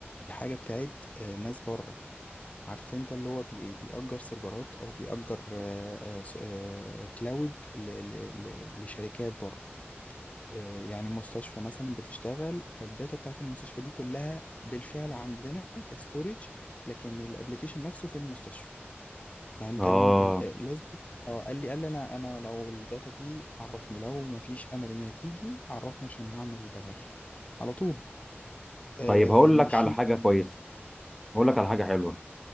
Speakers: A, on the left; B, in the centre.
A: دي حاجة بتاعت آه، ناس بره عارف انت اللي هو بي بيأجر سيرفرات او بيأجر آه، آه، س- آه، كلاود ل- ل- ل- لشركات بره آه، يعني مستشفى مثلا بتشتغل فالداتا بتاعت المستشفى دي كلها بالفعل عندنا كستورج لكن الابليكيشن نفسه في المستشفى فانت
B: اه
A: الم... ال- آه، لازم اه قال لي قال لي انا انا لو الداتا دي عرفني لو ما فيش امل ان هي تيجي عرفني عشان هعمل بلاغ على طول آه
B: طيب هقول
A: يشيل
B: لك على حاجة كويسة هقول لك على حاجة حلوة